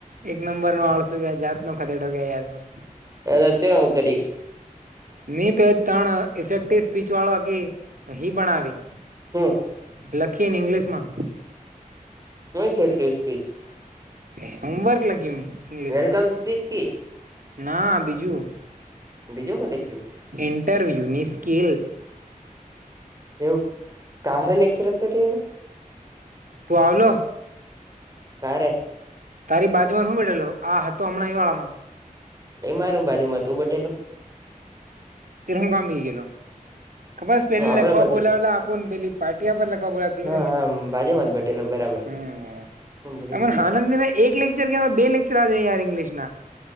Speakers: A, on the right; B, on the right.
A: એક નંબર નો આળસું ક જાતનો ખદેડો ગયા યાર ત
B: હ દત આવું કર્યું,
A: મી પે ત્રણ ઇફેક્ટિવ સ્પીચ વાળો હકી હી બણાવી.
B: હમ.
A: લખી ને ઇંગ્લિશ માં.
B: હ ફેંક ડઉશ પીચ, <inaudible>
A: એ હોમવર્ક લાગી મ. ઇંગ્લશ
B: વેલકમ સ્પીચ કી
A: ના બીજું
B: બીજું હું લખ્યું
A: ઇન્ટરવ્યુની સ્કિલ્સ.
B: એવું કારે લેક્ચર હતો્યારે એનું
A: તું આવલો.?
B: કારે
A: તારી બાજુમાં શું બેઠેલો આ હતો હમણાં અહીં વાળામાં
B: કઈ માર બાજુ માં તું બટેલો,?
A: તિહુંંગામી ગલો.? ખબર પેલી
B: તું આગળ
A: લખવા
B: બટેલ
A: બોલાવલા આપણ પેલી પાાર્ટિયા પર લખવા બોલાવ તીને.
B: હા હા બાજમાંત બે ટલો બરાબર છે
A: હમ
B: હું ભૂલી
A: અમને
B: ગયેલો
A: હનંદિ ના એક લેક્ચર કે અવા બે લેક્ચર આવ યાર ઇગ્લિશ ના